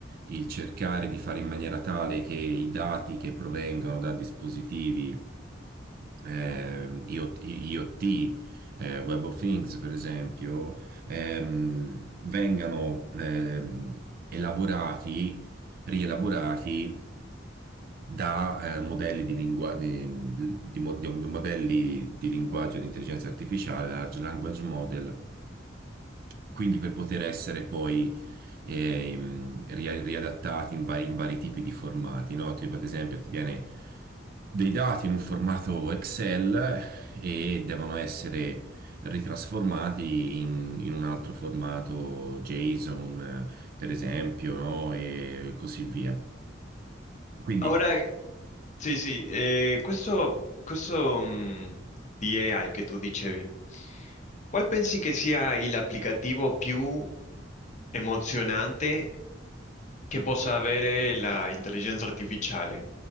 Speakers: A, on the right (about 50°); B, on the left (about 40°).
A: il cercare di fare in maniera tale che i dati che provengono da dispositivi eh, IoT, IoT, eh, Web of Things, per esempio, ehm, vengano ehm, elaborati, rielaborati da eh, modelli di lingua- di- di mo- di- di modelli di linguaggio di intelligenza artificiale, large language model quindi per poter essere poi ehm, ria- riadattati in vari, in vari tipi di formati, no? Tipo ad esempio ti viene dei dati in un formato Excel e devono essere ritrasformati in, in un altro formato JSON, eh, per esempio, no? E così via. Quindi...
B: Ora, sì, sì, eh, questo, questo, mh, di AI che tu dicevi, qual pensi che sia l'applicativo più emozionante che possa avere l'intelligenza artificiale?